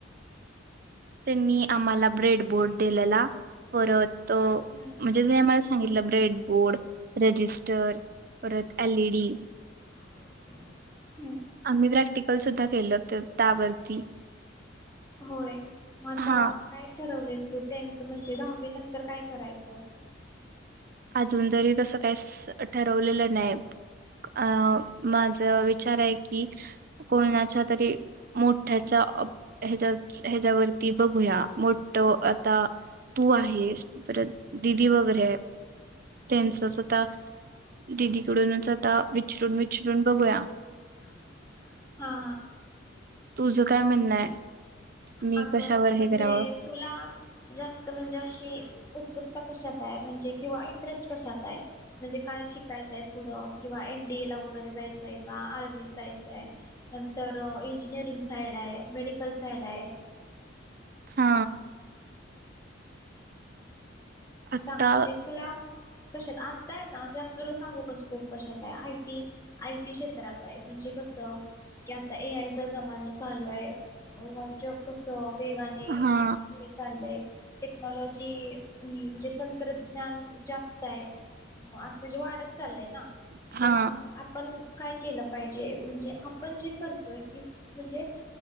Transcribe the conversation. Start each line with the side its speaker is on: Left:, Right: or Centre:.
Right: त्यांनी आम्हाला ब्रेड बोर्ड दिलेला. परत म्हणजे
Left: हम्म
Right: जे आम्हाल सांगितलं ब्रेडबोर्ड रजिस्टर परत एलई डी
Left: <unintelligible>
Right: आम्ही प्रॅक्टिकल सुद्धा केलं त्यावरती
Left: होय आता
Right: हा
Left: काय ठरवलेस तू टेनथ म्हणजे दहावी नंतर काय करायचं.
Right: अजून तरी तसं काहीच ठरवलेलं नाही. अ माझ विचार आहे की कोणाच्या तरी मोठ्या हच्या ह्याच्यावरती बघूया मोठ आता तू आहे. परत दिदी वगैरे त्यांचच आता दिदीकडूनच आता विचरून विचरून बघूया.
Left: <unintelligible> हा
Right: तुझं काय म्हणणं आहे. मी
Left: अग
Right: कशावर
Left: म्हणजे
Right: हे करावं?
Left: तुला जास्त म्हणजे अशी उत्सुकता कशात आहे, म्हणजे किंवा इंटरेस्ट कशात आहे म्हणजे काय शिकायच. पुढे किंवा एनडीए ला वगैरे जायचंय का आर्मीत जायचंय नंतर इंजिनिअरिंग साईड आहे मेडिकल साईड आहे.
Right: हा आत्ता
Left: सांग म्हणजे तुला कशात आताय, ना जास्त तला सांगू का स्कोप कशात आहे. आय टी क्षेत्रात आहे म्हणजे, कस की आता ए आय चा जमाना चालू आहे, व जग कस वेगाने
Right: हा
Left: पुढे चाललंय. टेक्नॉलॉजी ही म्हणजे तंत्रज्ञान जास्त आहे आता म्हणजे वाढत चाललय ना
Right: हा
Left: तर मग आपण काय केलं पाहिजे म्हणजे आपण जे करतोय ती म्हणजे